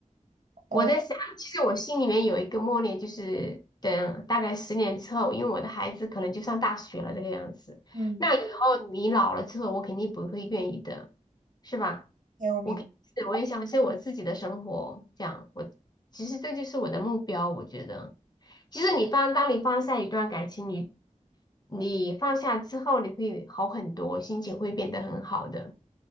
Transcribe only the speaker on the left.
我在想，其实我心里面有一个默念，就是等大概十年之后，因为我的孩子可能就上大学了这个样子。
那以后你老了之后，我肯定不会愿意的，是吧？
我肯定是我也想是我自己的生活，这样我其实这就是我的目标，我觉得。其实你放，当你放下一段感情，你你放下之后，你会好很多，心情会变得很好的。